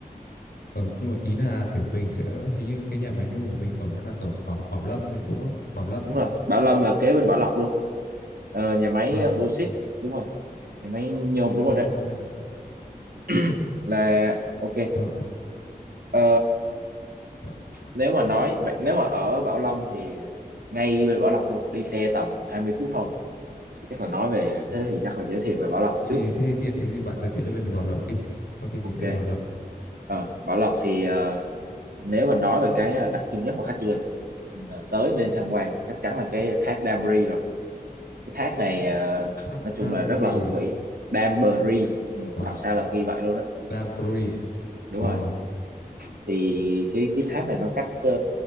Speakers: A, on the left; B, on the right.
A: ờ, nhưng mà ý là kiểu mình sẽ hình như cái nhà máy nhôm của mình ở nó là ở Bảo Bảo Lâm đúng không? Bảo Lâm
B: đúng
A: ấy.
B: rồi Bảo Lâm là kế bên Bảo Lộc luôn Ờ, nhà máy
A: À,
B: ờ, Bauxit đúng rồi nhà máy nhôm đúng rồi
A: đúng
B: đấy
A: rồi, đúng rồi, nhà máy.
B: <clears throat> là ok
A: Đó, thì,
B: Ờ,
A: thế-
B: nếu mà nói vậy nếu mà ở Bảo Lâm thì ngay bên Bảo Lộc luôn đi xe tầm 20 phút thôi chắc là nói về
A: ừ.
B: thế thì chắc là giới thiệu về Bảo Lộc
A: Thế
B: trước
A: thì, thế thì tiện thế thì bạn giới thiệu cho mình về Bảo Lộc đi. Có gì mình
B: ok
A: đi Bảo Lộc.
B: ờ, Bảo Lộc thì ờ, nếu mà nói về cái ờ, đặc trưng nhất mà khách du lịch ờ, tới nên tham quan chắc chắn là cái thác Đam Ri rồi cái thác này ờ,
A: Thác
B: nói chung
A: Đam
B: là rất
A: Ri
B: là hùng vĩ
A: à?
B: Đam Bờ Ri ừ,
A: Wow.
B: đọc sao là ghi vậy luôn á
A: Đam Ri.
B: đúng
A: Ờ.
B: rồi thì cái cái thác này nó cách ờ,